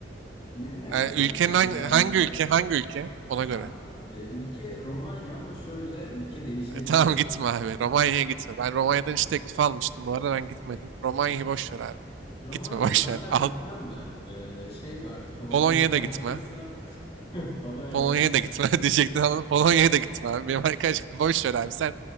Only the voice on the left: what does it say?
ne neden
peki?
Mesela
hani
abi e, ülke Romanya ama şöyle ülke değişebiliyor.
Romanya'ya
zaten
gitmem de eee, şey var kontenjan
açılırsa
<laughs> falan yok
abi.